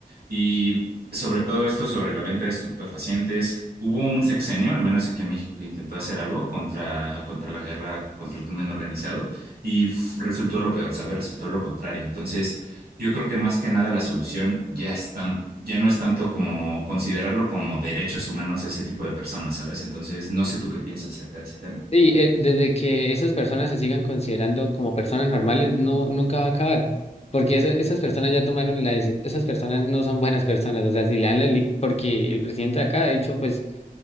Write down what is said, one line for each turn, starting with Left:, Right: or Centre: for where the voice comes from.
Right: Y sobre todo esto sobre la venta de estupefacientes, hubo un sexenio, al menos aquí en México, que intentó hacer algo contra, contra la guerra, contra el crimen organizado y f- resultó lo peor, ¿sabes? Resultó lo contrario. Entonces, yo creo que más que nada la solución ya es tan- ya no es tanto como considerarlo como derechos humanos a ese tipo de personas, ¿sabes? Entonces, no sé tú qué piensas acerca de ese tema.
Left: Y eh, desde que esas personas se sigan considerando como personas normales, no, nunca va a acabar. Porque esa- esas personas ya tomaron la decisión, esas personas no son buenas personas. O sea, si le dan la, li- porque el presidente de acá ha dicho, pues,